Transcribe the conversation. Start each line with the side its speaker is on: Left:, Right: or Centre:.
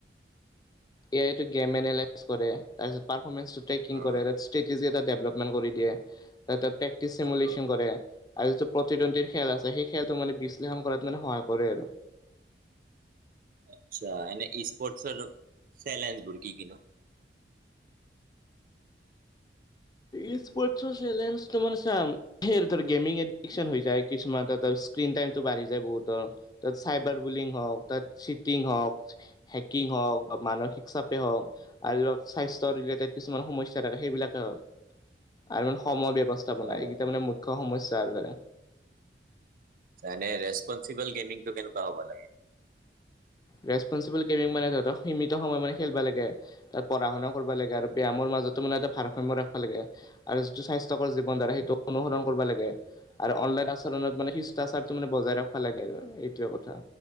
Left: এ আই এইটো গেম এনেলাইচ কৰে। তাৰপিছত পাৰফমেন্স দুটাই কিং
Right: অ'।
Left: কৰে। ষ্টেতিজে দেভলপমেণ্ট কৰি দিয়ে। তাঁত প্ৰক্টিছ সেমুলেচন
Right: অ', অ'।
Left: কৰে। আৰু যিটো প্ৰতিদ্বন্দ্বীৰ খেল আছে, সেই খেলটো মানে বিশ্লেষণ কৰাত মানে সহায় কৰে আৰু।
Right: আচ্ছা এনে ই স্পৰ্টছৰ চেলে ভকি কি ন।
Left: ৰীলছ ৱাটচৰ চেলেঞ্জ কিমান চাম। সেই দুটাত গেমিং এডিক চন হৈ যায়। কিছুমান তাত স্ক্ৰীণ টাইমটো বাঢ়ি যায় বহুত। তাত চাইবাৰ বুলিং হওক, তাত চিটিং হওক, হেকিং হওক, মানসিক চাপে হওক আৰু ধক স্বাস্থ্যৰ ৰিলেটেড কিছুমান সমস্যা থাকে সেইবিলাকে হওক। আৰু মানে সময় ব্যৱস্থাপনা
Right: অ',
Left: এইকেইটা মানে মুখ্য সমস্যা আৰু যেনে।
Right: যেনে ৰেচপনচিবল গেমিং টো কেনেকুৱা হ'ব লাগে?
Left: ৰেচপনচিবল গেমিং মানে তহতক সীমিত সময় মানে খেলিব লাগে। তাত পঢ়া শুনাও কৰিব লাগে আৰু ব্যায়ামৰ মাজতো মানে এটা ভাৰসাম্য ৰাখব লাগে আৰু যিটো স্বাস্থ্যকৰ জীৱন সেইটো অনুসৰণ কৰিব লাগে আৰু অনলাইন আচৰণত মানে শিষ্টাচাৰটো মানে বজাই ৰাখবা লাগে আৰু সেইটোৱে কথা।